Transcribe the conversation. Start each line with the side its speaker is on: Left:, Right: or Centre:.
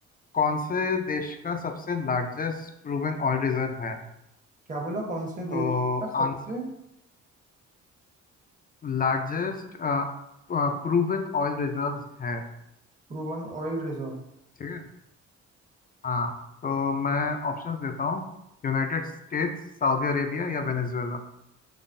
Left: कौन से देश का सबसे लार्जेस्ट प्रूवन ऑयल रिजर्व है
Right: क्या बोला कौन से
Left: तो
Right: देश का सबसे
Left: answer largest proven oil reserves है
Right: proven oil reserve
Left: ठीक है हाँ तो मैं ऑप्शंस देता हूँ यूनाइटेड स्टेट्स सऊदी अरेबिया या वेनेजुएला